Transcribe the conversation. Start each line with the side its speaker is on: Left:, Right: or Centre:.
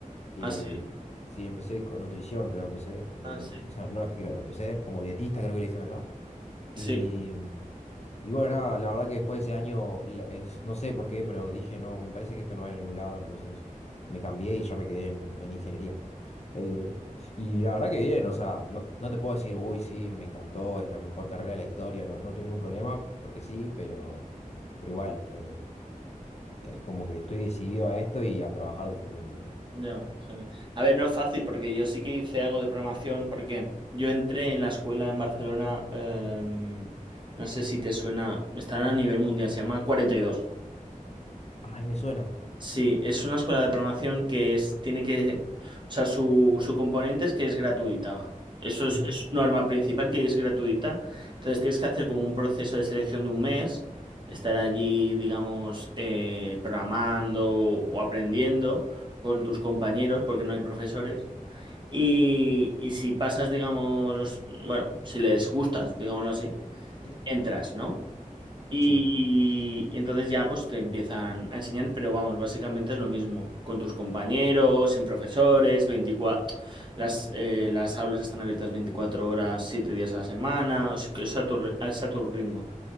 Left: eh,
Right: así
Left: sí, empecé con nutrición, creo, empecé. eh,
Right: Ah, sí.
Left: o sea, no es que creo, empecé como dietista, creo que le dicen allá. Y,
Right: Sí,
Left: y bueno, nada, la verdad que después de ese año, la- es- no sé por qué, pero dije, no, me parece que esto no va a ningún lado, entonces me cambié y yo me quedé en, en ingeniería. Eh, y la verdad que bien, o sea, no, no te puedo decir, uy, sí, me encantó, es la mejor carrera de la historia, no, no tuve ningún problema, porque sí, pero, pero igual. eh, es como que estoy decidido a esto y a trabajar de esto también. ¿no?
Right: ya, genial. A ver, no es fácil porque yo sí que hice algo de programación porque yo entré en la escuela en Barcelona, em, no sé si te suena, están a nivel mundial, se llama cuarenta y dos.
Left: Ay, me suena.
Right: Sí, es una escuela de programación que es, tiene que, o sea, su, su componente es que es gratuita. Eso
Left: Ujú,
Right: es, es su norma principal que es gratuita. Entonces tienes que hacer como un proceso de selección de un mes, estar allí, digamos, eh, programando o aprendiendo con tus compañeros, porque no hay profesores. Y, y si pasas, digamos, los- bueno, si les gustas, digámoslo así,
Left: ujú,
Right: entras, ¿no? Y,
Left: Sí,
Right: y- y entonces ya pues te empiezan a enseñar, pero vamos, básicamente es lo mismo, con tus compañeros, sin profesores, veinticuatro las, eh, las aulas están abiertas 24 horas, 7 días a la semana, o que es a tu, ri- es a tu ritmo.